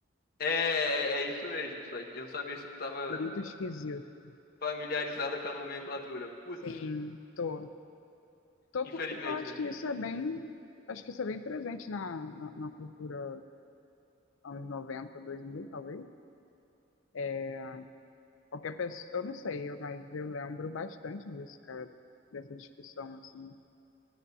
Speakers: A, on the left (about 50°); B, on the left (about 80°).
A: É, é é isso mesmo. Só que eu não sabia se tu tava
B: Muito esquisito.
A: familiarizada com a nomenclatura. Putz,
B: Sim, tô. Tô
A: infelizmente,
B: porque eu acho
A: né?
B: que isso é bem. Acho que isso é bem presente na, na, na cultura anos noventa dois mil talvez. É, Qualquer pessoa, eu não sei, eu- mas eu lembro bastante disso, cara, dessa discussão, assim.